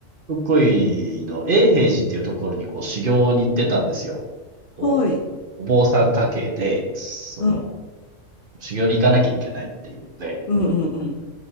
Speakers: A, on the right; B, on the left.
A: 福井の永平寺っていうところにこう修行に行ってたんですよ。こう、
B: はい。
A: お坊さん家系で、その、
B: うん。
A: 修行に行かなきゃいけないっていうので、
B: うんうんうん。